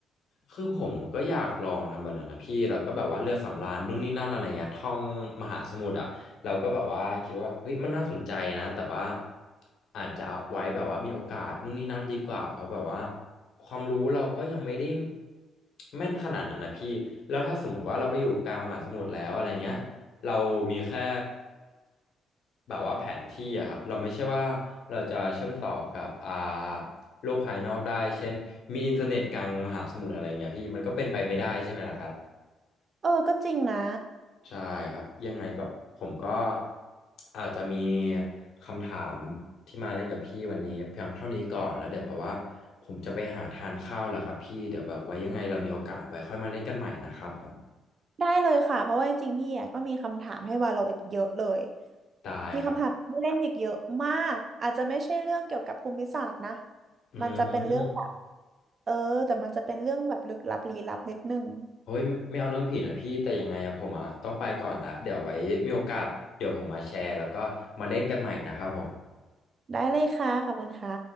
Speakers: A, on the left (about 70°); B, on the right (about 45°).
A: คือผมก็อยากลองทำแบบนั้นนะพี่แล้วก็แบบว่าเรือสำราญนู่นนี่นั่นอะไรเงี้ยท่องมหาสมุทรอ่ะเราก็แบบว่าคิดว่าเฮ้ยมันน่าสนใจนะแต่ว่าอาจจะเอาไว้แบบว่ามีโอกาสนู่นนี่นั่นดีกว่าเพราะแบบว่าความรู้เราก็ยังไม่ได้แม่นขนาดนั้นนะพี่แล้วถ้าสมมติว่าเราไปอยู่กลางมหาสมุทรแล้วอะไรเงี้ยเรามีแค่แบบว่าแผนที่อะครับเราไม่ใช่ว่าเราจะเชื่อมต่อกับอ่า โลกภายนอกได้เช่นมีอินเทอร์เน็ตกลางมหาสมุทรอะไรเงี้ยพี่มันก็เป็นไปไม่ได้ใช่ไหมล่ะครับ
B: เออก็จริงนะ
A: ใช่ครับยังไงแบบผมก็อาจจะมีคำถามที่มาเล่นกับพี่วันนี้เพียงเท่านี้ก่อนแล้วเดี๋ยวแบบว่าผมจะไปหาทานข้าวแล้วครับพี่เดี๋ยวแบบไว้ยังไงเรามีโอกาสไว้ค่อยมาเล่นกันใหม่นะครับผม
B: ได้เลยค่ะเพราะว่าจริงๆพี่อ่ะก็มีคำถามให้วาโลอีกเยอะเลย
A: ได้ครับ
B: มีคำถามที่เล่นอีกเยอะมากอาจจะไม่ใช่เรื่องเกี่ยวกับภูมิศาสตร์นะ
A: อืม
B: มันจะเป็นเรื่องแบบเออแต่มันจะเป็นเรื่องแบบลึกลับลี้ลับนิดนึง
A: โอ้ยไม่ไม่เอาเรื่องผีนะพี่แต่ยังไงอะผมอะต้องไปก่อนละเดี๋ยวไว้มีโอกาสเดี๋ยวผมมาแชร์แล้วก็มาเล่นกันใหม่นะครับผม
B: ได้เลยค่ะขอบคุณค่ะ